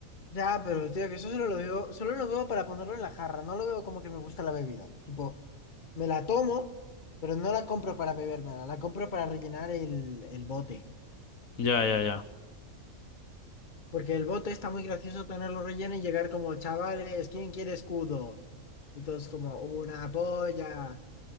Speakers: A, on the left; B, on the left.
A: ya, pero tío, que eso solo lo veo, solo lo veo para ponerlo en la jarra. No lo veo como que me gusta la bebida. Tipo, me la tomo, pero no la compro para bebérmela. La compro para rellenar el, el bote.
B: Ya, ya, ya.
A: Porque el bote está muy gracioso tenerlo relleno y llegar como, chavales, ¿quién quiere escudo? Y todos como, una polla.